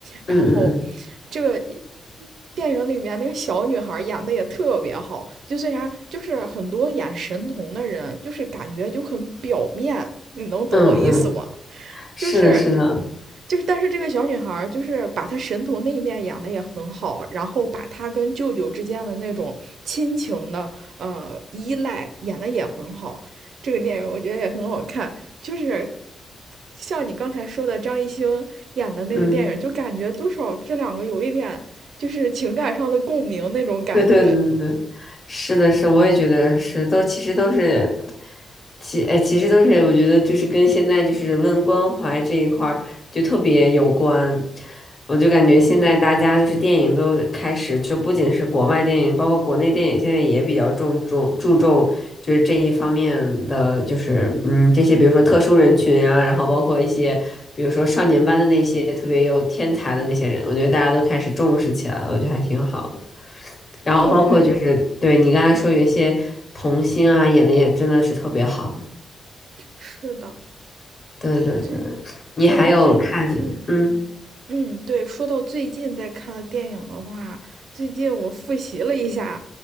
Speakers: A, on the right; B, on the left.
A: 然后，
B: 嗯嗯嗯
A: 这个电影里面那个小女孩演的也特别好，就虽然就是很多演神童的人，就是感觉就很表面，你能懂我意思吗？
B: 嗯嗯，嗯是的，
A: 就是
B: 是的，
A: 就是，但是这个小女孩就是把她神童那一面演的也很好，然后把她跟舅舅之间的那种亲情的呃依赖演的也很好。这个电影我觉得也很好看，就是像你刚才说的张艺兴演的那个电影，
B: 嗯。
A: 就感觉多少这两个有一点就是情感上的共鸣那种感觉。
B: 对 <laughs> 对对对，是的是，我也觉得是，都其实都是，其哎其实都是，我觉得就是跟现在就是人文关怀这一块儿就特别有关。我就感觉现在大家就是电影都开始，就不仅是国外电影，包括国内电影，现在也比较重重注重就是这一方面的，就是嗯这些，比如说特殊人群啊，然后包括一些比如说少年班的那些特别有天才的那些人，我觉得大家都开始重视起来了，我觉得还挺好。然后包括就是对你刚才说有一些童星啊，
A: 对，
B: 演的也真的是特别好。
A: 是的，
B: 对对对，
A: 最说到最近
B: 你还有看，嗯，
A: 嗯，对，说到最近在看的电影的话，最近我复习了一下